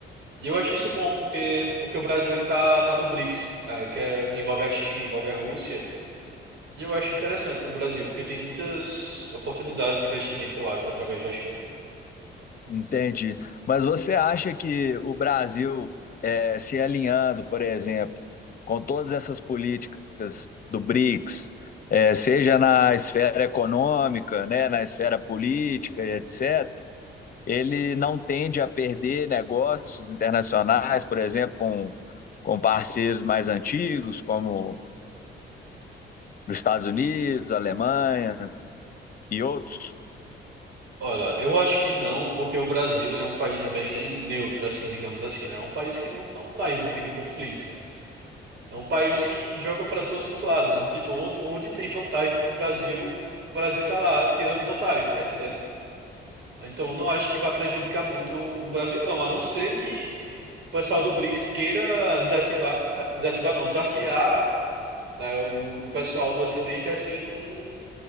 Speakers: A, on the right (about 65°); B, on the left (about 45°).
A: E eu acho isso bom, porque, porque o Brasil ele tá, tá no BRICS, é, que é- envolve a China, envolve a Rússia. E eu acho interessante para o Brasil, porque tem muitas oportunidades de investimento, eu acho, através da China.
B: entendi. Mas você acha que o Brasil é, se alinhando, por exemplo, com todas essas políticas do BRICS, é, seja na esfera econômica, né, na esfera política e etc., ele não tende a perder negócios internacionais, por exemplo, com, com parceiros mais antigos, como os Estados Unidos, Alemanha e outros.
A: Olha, eu acho que não, porque o Brasil ele é um país bem neutro, assim, digamos assim, né? É um país que não, não tá envolvido em conflito. É um país que joga para todos os lados. Tipo, onde, onde tem vantagem pro Brasil, o Brasil tá lá tirando vantagem, tá entendendo? Então, não acho que vai prejudicar muito o o Brasil, não. A não ser que o pessoal do Blitz queira desativar, eh, desativar não, desafiar, né, o, o pessoal do Ocidente assim com